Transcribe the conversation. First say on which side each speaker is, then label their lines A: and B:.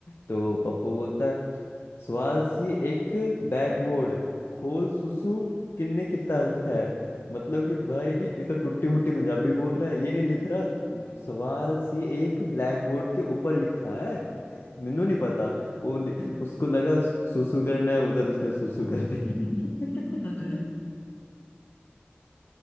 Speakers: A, on the left (about 65°); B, on the left (about 45°).
A: तो पप्पू बोलता है सवाल सी एक बैकबोर्ड खोल सुसु किन्ने कितना
B: うんうんうんうんうんうんうんうんうん
A: है मतलब कि भाई ये तो टुट्टी मुट्टी पंजाबी बोल रहा है ये नहीं लिख रहा सवाल सी एक ब्लैक बोर्ड के ऊपर लिखा है ਮੈਨੂੰ नहीं पता वो लि- उसको लगा सु- सुसु करना है उधर उसने सुसु कर
B: <laughs>
A: दी <laughs>
B: अरे